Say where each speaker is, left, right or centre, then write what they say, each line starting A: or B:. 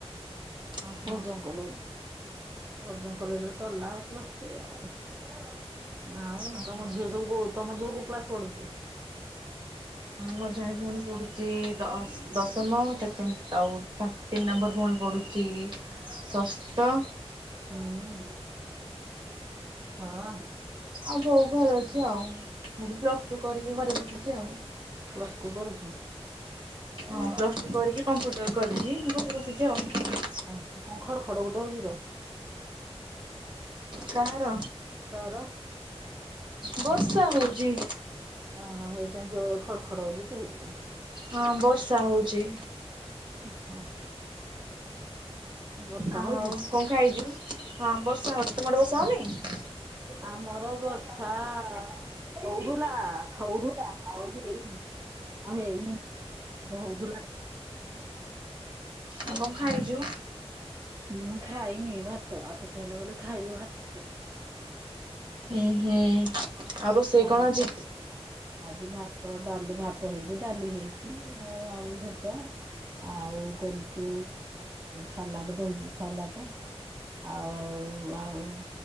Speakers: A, on the right; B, on the right.
A: ଓହୋ
B: ପର୍ଜଙ୍ଗ କଲେଜ। ପର୍ଜଙ୍ଗ କଲେଜରେ ସରିଲା ଆଉ ପ୍ଲସ ଥ୍ରୀ ଆଉ। ଆଉ
A: ଓହୋ।
B: ତମ ଝିଅ ସବୁ କୋଉ ତମ ଝିଅ କୋଉ କ୍ଲାସ ପଢ଼ୁଛି?
A: ମୋର ଜଣେ ଭଉଣୀ ପଢ଼ୁଛି ଦଶ ଦଶମ ସେକେଣ୍ଡ ଆଉ ତିନି ନମ୍ବର ଭଉଣୀ ପଢ଼ୁଛି ଷଷ୍ଟ।
B: ହୁଁ ହଁ।
A: ଆଉ ବୋଉ ଘରେ ଅଛି ଆଉ ମୁଁ ବି ପ୍ଲସ ଟୁ କରିକି ଘରେ ବସିଛି ଆଉ।
B: ପ୍ଲସଟୁ କରୁଚୁ।
A: ହଁ ପ୍ଲସ ଟୁ କରିକି କମ୍ପ୍ୟୁଟର କରିଛି ମୁ ଘରେ ବସିଛି ଆଉ।
B: ଓହ କଣ ଖଡ଼ ଖଡ଼ ଗୋଟେ ହଉଛି ତ?
A: କାହାର?
B: ତର।
A: ବର୍ଷା ହଉଛି।
B: ଓହ ହେଇଥିପାଇଁ ଜୋରେ ଖଡ଼ ଖଡ଼ ହଉଛି ତ ସେଥିପାଇଁ।
A: ହଁ ବର୍ଷା ହଉଚି।
B: ଅ ହଁ। ବର୍ଷା
A: ଆଉ
B: ହଉଛି?
A: କଣ ଖାଇଛୁ? ହଁ ବର୍ଷା ହଉଛି। ତୁମ ଆଡେ ବର୍ଷା ହଉନି।
B: ଆମର ବର୍ଷା ହଉଥିଲା ହଉଥିଲା ଆଉ ହେଇନି ଆଉ ହେଇନି। ବହୁତ ଭଲ ଲାଗେ।
A: ଆଉ କଣ ଖାଇଛୁ?
B: ମୁଁ ଖାଇନି ଭାତ। ଆଉ ଟିକିଏ ହେଲେ ଗଲେ ଖାଇବି ଭାତ।
A: ଉଁ ହୁଁ। ଆଉ ରୋଷେଇ
B: ଖାଇନୁ
A: କଣ ଆଜି?
B: କି <inaudible> ଆଜି ଭାତ, ଡ଼ାଲି, ଭାତ ହେଇଛି ଡ଼ାଲି ହେଇଛି ଆଉ ଆଳୁ ଭଜା। ଆଉ କରିଛୁ ସାଲାଡ଼ ଦହି ସେ ସାଲାଟ। ଆଉ ଆଉ ଆଉ ଆଉ